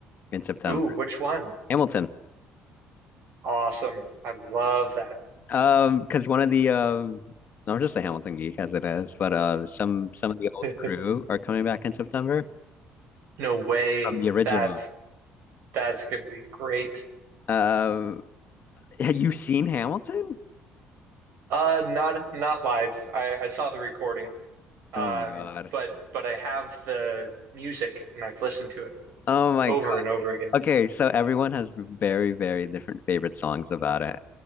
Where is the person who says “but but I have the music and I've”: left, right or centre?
Right